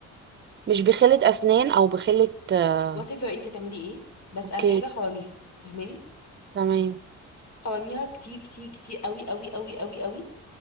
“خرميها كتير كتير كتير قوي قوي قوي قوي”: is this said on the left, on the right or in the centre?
Left